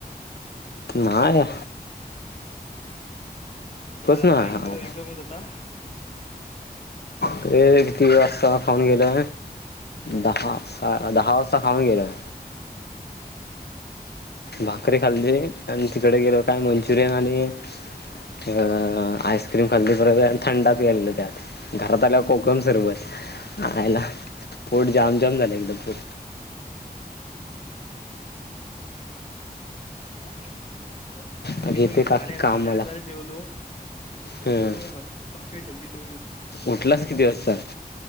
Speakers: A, on the left; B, on the left.
A: नाय
B: रात्री
A: नाही
B: एक
A: आला
B: ज एक दोघचता
A: ते किती व्याज खाऊन गेले दहा दहावस्ता खाऊन गेलोय भाकरी खाल्ली आणि तिकडे गेलो काय मंचुरियन आणि अ अ आईस्क्रीम खाल्ली परत थंडा प्यायलो त्यात घरात आल्यावं कोकम सरबत
B: हम्म
A: आईला पोट जामजाम झाला एकदम <inaudible>
B: <inaudible> हे
A: मग येते
B: बघे
A: काकी
B: साडे
A: कामाला
B: साडे अकराला जेवलो
A: हम्म
B: जेवलो नाई भाकरी खाल्ली तेवढी पोट
A: उठलास
B: भरलाय
A: किती वाजता